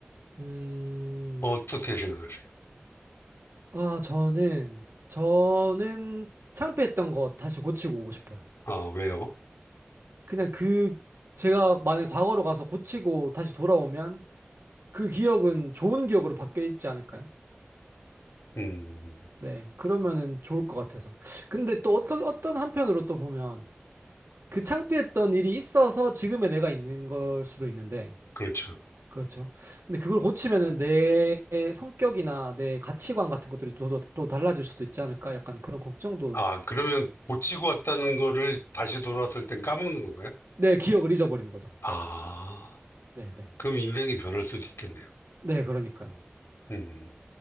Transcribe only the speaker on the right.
음,
아, 저는, 저는 창피했던 거 다시 고치고 오고 싶어요.
그냥 그, 제가 만약 과거로 가서 고치고 다시 돌아오면 그 기억은 좋은 기억으로 바뀌어 있지 않을까요?
네. 그러면은 좋을 것 같아서. 근데 또 어떤, 어떤 한편으로 또 보면 그 창피했던 일이 있어서 지금의 내가 있는 걸 수도 있는데
그렇죠. 근데 그걸 고치면은 내 성격이나 내 가치관 같은 것들이 또, 또, 또 달라질 수도 있지 않을까? 약간 그런 걱정도
내 기억을 잊어버리는 거죠.
네, 네.
네, 그러니까요.